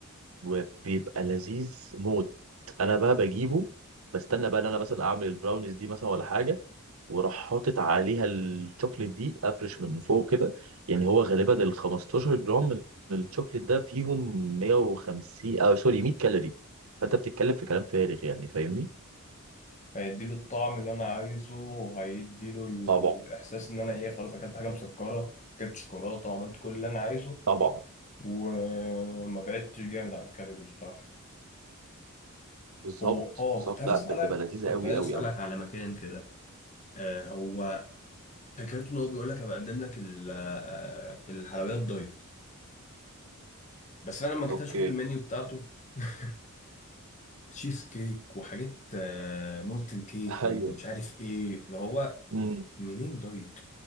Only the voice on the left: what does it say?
هيديله الطعم اللي أنا عايزه وهيديله الإحساس
إن أنا إيه خلاص أكلت حاجة مسكرة أكلت شوكولاتة وعملت كل اللي أنا عايزه
وما بعدتش جامد عن الكالوريز بتاعتي
هو اه
كنت عايز
اسالك
كنت
عايز
اسالك
على مكان كده آه هو فكرته ان هو بيقول لك انا بقدم لك ال- آه، الحلويات دايت بس انا لما جيت
اشوف المنيو بتاعته <laughs> تشيز كيك وحاجات آه، مولتن كيك
ومش عارف ايه اللي هو
منين دايت